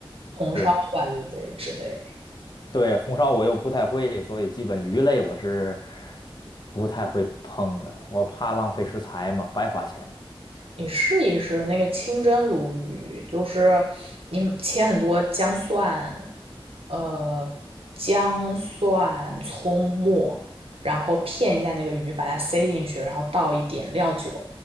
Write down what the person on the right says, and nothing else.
红烧吧，
就得只得。
你试一试那个清蒸鲈鱼，就是你切很多姜蒜，呃，姜蒜、葱末，然后片一下那个鱼，把它塞进去，然后倒一点料酒，